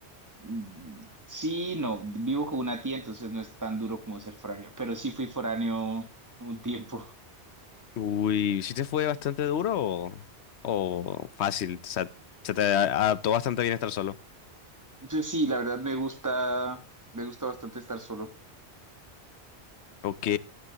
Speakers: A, on the right (about 15°); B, on the left (about 80°).
A: Mm, Sí, no, vivo con una tía, entonces no es tan duro como ser foráneo, pero sí fui foráneo un tiempo.
B: Uy, ¿sí te fue bastante duro o, o fácil? O sea, se te a- adaptó bastante bien estar solo.
A: Entonces, sí, la verdad me gusta, me gusta bastante estar solo.
B: Ok.